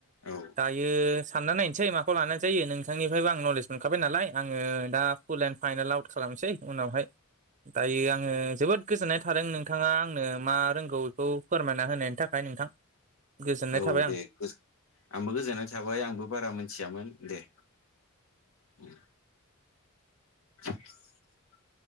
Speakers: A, on the left; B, on the right.
A: औ
B: दायो सानना नायनोसै माखौ लानाय जायो नोंथांनि फ्रायबो आं नलेज मोनखाबाय नालाय आङो दा फुल एन्ड फाइनेल आउट खालामसै उनावहाय दायो आं आङो जोबोद गोजोननाय थादों नोंथाङा आंनो मा रोंगौ बेखौ फोरमायना होनायनि थाखाय नोंथां गोजोननाय
A: औ
B: थाबाय
A: दे
B: आं
A: आंबो गोजोननाय थाबाय आंबो बारा मोनथियामोन दे ओ <unintelligible>